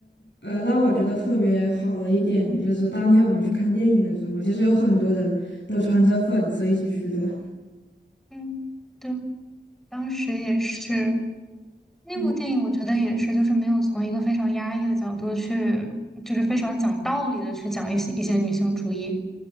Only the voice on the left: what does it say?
呃，让我觉得特别好的一点就是当天我们去看电影的时候嘛，其实有很多人都穿着粉色一起去的。
嗯，